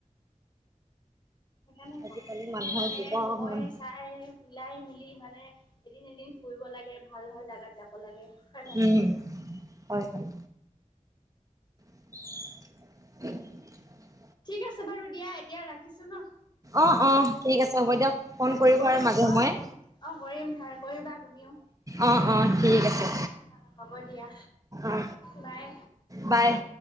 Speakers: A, on the left (about 35°); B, on the right (about 25°).
A: সেইকাৰণে
B: আজিকালি
A: কৰ সনে
B: মানুহৰ
A: মানে
B: জীৱন
A: সময় চাই মিলাই মিলি। মানে এদিন এদিন ফুৰিব লাগে ভাল ভাল জাগাত যাব লাগে। হয় নাই
B: উম, হয়, হয়। <unintelligible>
A: ঠিক আছে বাৰু দিয়া এতিয়া ৰাখিছো ন।
B: অ' অ' ঠিক আছে
A: উম
B: হ'ব দিয়ক ফোন
A: অ
B: কৰিব
A: কৰিম
B: আৰু মাজে সময়ে।
A: অ অ' কৰিম ভাই কৰিবা তুমিও।
B: অ অ' ঠিক আছে।
A: অ' হ'ব দিয়া
B: অ
A: বাই।
B: বাই